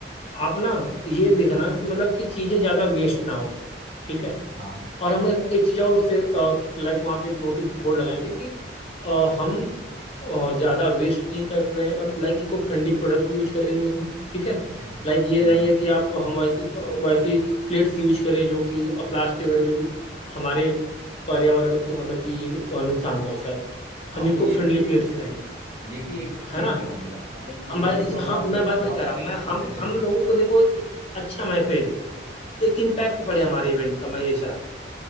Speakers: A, on the left; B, on the right.
A: आप ना ये देखना कि मतलब कि चीजें ज्यादा वेस्ट ना हो ठीक है
B: हाँ
A: और हम एक एक चीज और उससे लाइक वहां पे एक नोटिस बोर्ड लगाएंगे कि अ, हम और ज़्यादा वेस्ट नहीं कर रहे हैं और like eco friendly product use करेंगे उसमें ठीक है
B: हम्म,
A: लाइक ये
B: सही
A: नहीं
B: बात
A: है कि आप हम वैसी वैसी प्लेट्स यूज करें जो कि प्लास्टिक वगैरह जो कि हमारे पर्यावरण को मतलब कि अ, नुकसान पहुंचाए
B: हाँ
A: हम इको
B: तो ये
A: फ्रेंडली
B: भी
A: प्लेट्स लाएं
B: ये भी एक
A: है
B: थीम
A: ना
B: ही हो गया मतलब कि
A: हम भाई
B: एक ही प्रोग्राम
A: हम
B: में
A: मैं भाई वही
B: बहुत
A: कह
B: सारे
A: रहा हूँ मैं
B: मैसेजेस
A: हम हम लोगों को देखो एक अच्छा मैसेज एक इम्पैक्ट पड़े हमारे इवेंट का मैं ये चाह रहा हूँ